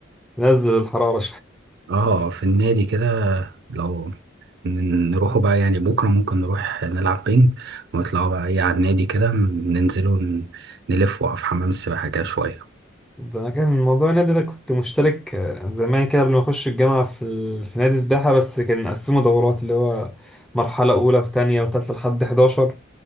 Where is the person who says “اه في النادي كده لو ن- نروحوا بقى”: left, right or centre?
Right